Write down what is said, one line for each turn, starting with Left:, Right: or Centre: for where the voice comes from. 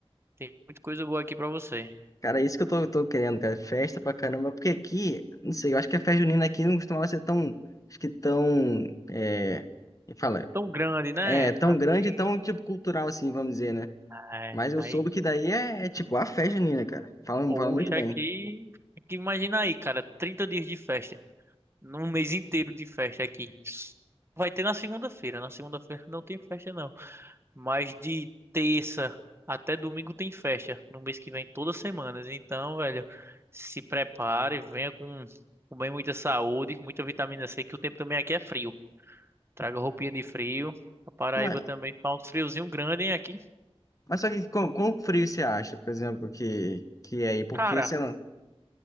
Right: Tem muita coisa boa aqui pra você.
Left: cara, é isso que eu tô, tô querendo, cara. Festa pra caramba. Porque aqui, não sei, eu acho que a festa junina aqui não costumava ser tão, acho que tão, é, me fala,
Right: Tão grande, né?
Left: é tão
Right: Assim,
Left: grande, e tão tipo cultural assim, vamos dizer, né?
Right: é.
Left: Mas eu
Right: Aí,
Left: soube que daí é, é tipo a festa junina, cara. Falam,
Right: oxa,
Left: falam muito bem.
Right: aqui, aqui, imagina aí, cara, 30 dias de festa, num mês inteiro de festa aqui. Vai ter na segunda-feira, na segunda-feira não tem festa não, mas de terça até domingo tem festa, no mês que vem todas as semanas. Então, velho, se prepare, venha com, com bem muita saúde, muita vitamina C, que o tempo também aqui é frio. Traga roupinha de frio. A Paraíba
Left: Mas,
Right: também faz um friozinho grande, hein, aqui.
Left: mas só que com, com frio você acha, por exemplo, que, que é aí? Porque,
Right: Cara,
Left: você não